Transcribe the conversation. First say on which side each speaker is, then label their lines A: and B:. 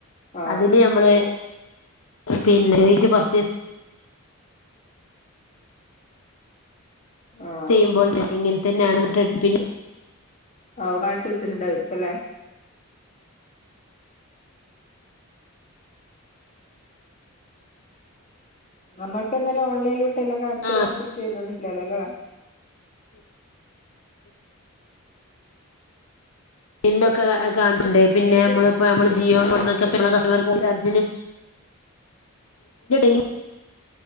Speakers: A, on the left; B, on the left.
A: ആഹ്
B: അതില് നമ്മള് പിന്നെ നേരീട്ടു പർച്ചേസ്
A: ആഹ്
B: ചെയ്യുമ്പോൾ ഇങ്ങനെ തന്നെയാണ് ട്രെൻഡ്പിൻ
A: ഓ ഓ കാണിച്ചു കൊടുത്തിട്ടുണ്ടാവും അല്ലെ നമ്മൾക്ക് അന്നേരം ഓൺലൈനിട്ട് എല്ലാം കാണിച്ചു തരുവാചെയ്ത
B: ആ
A: തന്നിട്ടില്ലല്ലോ അല്ലേ
B: ഇന്നൊക്കെ കാണിച്ചിട്ടുണ്ട് പിന്നെ
A: റേഞ്ച്
B: നമ്മളിപ്പോ നമ്മള് ജീവൻ <unintelligible> കസ്റ്റമർ കോൾ ചാർജിന് <inaudible>